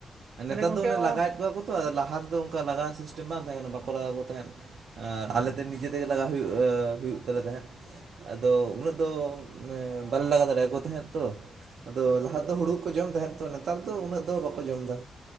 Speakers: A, on the right; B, on the right.
A: ᱛᱟᱦᱚᱞᱮ
B: ᱱᱮᱛᱟᱨ
A: ᱜᱚᱝᱠᱮ
B: ᱫᱚ ᱚᱱᱮ
A: ᱱᱚᱜ
B: ᱞᱟᱜᱟᱭᱮᱫ ᱠᱚᱣᱟ ᱠᱚ- ᱛᱚ ᱞᱟᱦᱟ ᱛᱮᱫᱚ ᱚᱱᱠᱟ ᱞᱟᱜᱟᱣ ᱥᱤᱥᱴᱮᱢ ᱵᱟᱝ ᱛᱟᱦᱮᱸ ᱠᱟᱱᱟ ᱵᱟᱠᱚ ᱞᱟᱜᱟ ᱠᱚ ᱛᱟᱦᱮᱸᱫ ᱟᱨ ᱟᱞᱮᱛᱮ ᱱᱤᱡᱮ ᱛᱮᱜᱮ ᱞᱟᱜᱟ ᱦᱩᱭᱩᱜ ᱦᱩᱭᱩᱜ ᱛᱟᱞᱮ ᱛᱟᱦᱮᱸᱫ ᱟᱫᱚ ᱩᱱᱟᱹᱜ ᱫᱚ ᱮᱸᱻ ᱵᱟᱞᱮ ᱞᱟᱜᱟ ᱫᱟᱲᱮᱭᱟᱠᱚ ᱛᱟᱦᱮᱸᱫ ᱛᱚ ᱛᱚ ᱞᱟᱦᱟ ᱫᱚ ᱦᱩᱲᱩ ᱠᱚ ᱡᱚᱢ ᱛᱟᱦᱮ ᱛᱚ ᱱᱮᱛᱟᱨ ᱫᱚ ᱩᱱᱟᱹᱜ ᱫᱚ ᱵᱟᱠᱚ ᱡᱚᱢ ᱫᱟ